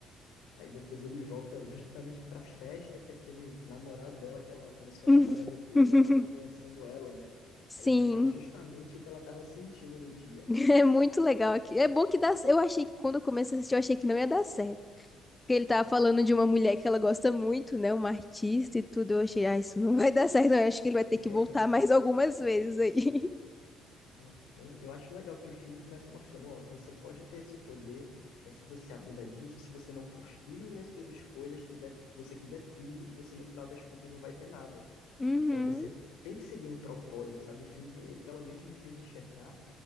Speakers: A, on the left (about 75°); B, on the left (about 20°).
A: Aí depois ele volta justamente pra festa que aquele namorado dela, que ela começou
B: <laughs>
A: a namorar depois, acabou conhecendo ela, né?
B: Sim,
A: Aí ele fala justamente o que ela tava sentindo no dia.
B: <laughs> é muito legal aqui. É bom que dá. Eu achei que quando eu comecei a assistir, eu achei que não ia dar certo. Porque ele tava falando de uma mulher que ela gosta muito, né? Uma artista e tudo. Eu achei, ah, isso não vai dar certo, não. Eu acho que ele vai ter
A: <laughs>
B: que voltar mais algumas vezes aí. <laughs>
A: É, Não, eu acho legal que o filme começa mostrando, ó, você pode ter esse poder, mas se você abusar disso, se você não for firme nas suas escolhas, quiser, você quiser tudo, você no final das contas não vai ter nada.
B: Uhum,
A: Então você tem que seguir um propósito, sabe? O filme, ele pelo menos me fez enxergar